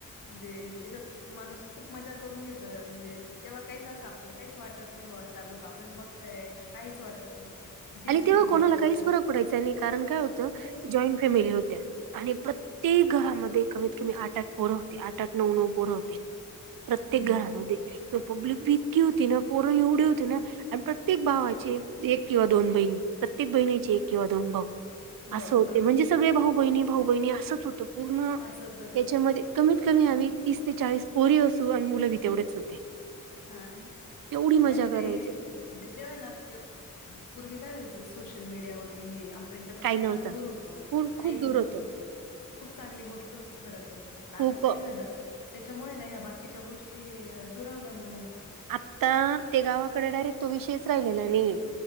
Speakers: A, on the left (about 80°); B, on the right (about 90°).
A: म्हणजे तच्यात. माणुस खूप मज्जा करून घेतोय म्हणजे तेव्हा काहीच असं आपल्याला काहीच वाटत नाही चार लोक आपल्याला बघताय का काहीच वाटत नाही तीच
B: आणि
A: खरी
B: तेव्हा
A: मजा
B: कोणाला
A: आहे
B: काहीच
A: खर
B: फरक
A: तर
B: पडायचा नाही, कारण काय होतं
A: नाही
B: जॉईंन फॅमिली होत्या आणि प्रत्येक घरामध्ये कमीत कमी आठ, आठ पोरं होते आठ, आठ, नऊ, नऊ पोरं होते प्रत्येक
A: हम्म
B: घरामध्ये पब्लिक बी इतकी होती ना पोर एवढे होते ना आणि प्रत्येक भावाचे एक किंवा दोन बहिणी प्रत्येक बहिणीचे एक किंवा दोन भाऊ
A: भाऊ
B: असं होते
A: हा
B: म्हणजे सगळे भाऊ बहिणी, भाऊ बहिणी असंच होतं पूर्ण
A: असंच होतं
B: याच्यामध्ये कमीत कमी आम्ही तीस ते चाळीस पोरी अस चो अन् मुलं बी तेवढेच होते,
A: हा
B: येवढी
A: आणि
B: मज्जा
A: ते
B: करायचो
A: म्हणजे ते आहे ना ते म्हणजे पूर्वी काय व्हायचं सोशल मीडिया वगैरे हे पण याच्यापासून
B: काही नव्हतं
A: फार दूर होतो,
B: पूर खूप
A: काहीच
B: दूर
A: नव्हतं.
B: होतं
A: खूप चांगली गोष्ट होती खर तर ती पण आता
B: खूप
A: काय झालं त्याच्यामुळे ना ह्या बाकीच्या गोष्टी दुरावल्या मुलां
B: आत्ता ते गावाकडे डायरेक्ट तो विषयच राहिलेला नाही ये